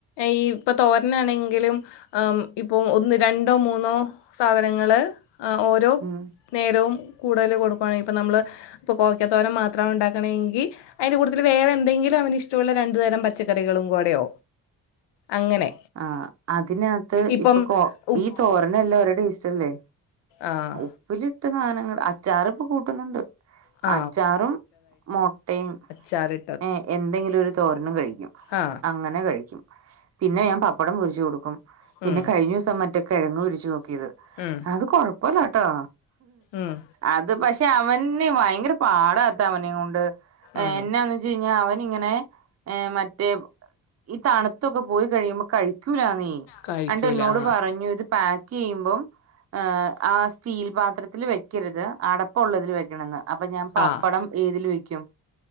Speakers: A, on the left; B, on the right.
A: ഈ പ്പ തോരനാണെങ്കിലും ആ ഇപ്പൊ ഒന്ന് രണ്ടോ മൂന്നോ സാധനങ്ങള് ഓരോ
B: ഉം
A: നേരവും കൂട്തല് കൊടുക്കുവാണെങ്കി ഇപ്പ നമ്മള് ഇപ്പ കോവക്കത്തോരൻ മാത്രം ണ്ടാക്കണങ്കി അയിന്റെറ കൂട്ടത്തില് വേറെ എന്തെങ്കി ല്ലേ അവനിഷ്ട്ടഒള്ള രണ്ടു തരം പച്ചക്കറികളും കൂടെയോ അങ്ങനെ
B: ആ അതിനാത്ത്
A: ഇപ്പം
B: ഇപ്പ കോ
A: ഉപ്പ്
B: ഈ തോരനെല്ലാ ഒര് ടേസ്റ്റ്ല്ലേ?
A: ആഹ്
B: ഉപ്പിലിട്ട സാനങ്ങള് അച്ചാറ് ഇപ്പ കൂട്ടുന്നുണ്ട്
A: ആ
B: അച്ചാറും മൊട്ടെ
A: ച്ചാറ്
B: ഏ എന്തെങ്കിലും ഒര് തോരനും കഴിക്കും
A: ആ
B: അങ്ങനെ കഴിക്കും പിന്നെ ഞാൻ പപ്പടം പൊരിച്ചു കൊടുക്കും
A: ഉം
B: പിന്നെ കഴിഞ്ഞൂസം മറ്റേ കിഴങ്ങ് പൊരിച്ച് നോക്കിയത്
A: ഉം
B: അത് കൊഴപ്പല്ലട്ടോ
A: ഉം
B: അത് പഷേ അവന് ഭയങ്കര പാടാ അവനെയും കൊണ്ട്
A: ഉം
B: എന്നാന്ന് വെച്ച കഴിഞ്ഞാൽ അവൻ ഇങ്ങനെ മറ്റേ ഈ തണുത്തൊക്കെ പോയി കഴിയുമ്പോ കഴിക്കൂലാന്നേ നീ
A: കഴിക്കൂല
B: അണ്ട് എന്നോട്
A: ആഹ്
B: പറഞ്ഞു ഇത് പാക്ക് ചെയ്യുമ്പം ആഹ് ആ സ്റ്റീൽ പാത്രത്തിൽ വെക്കരുത് അടപ്പുള്ളതിൽ വെക്കണെന്ന് അപ്പ ഞാൻ പപ്പടം
A: ആഹ്
B: ഏതില് വെക്കും?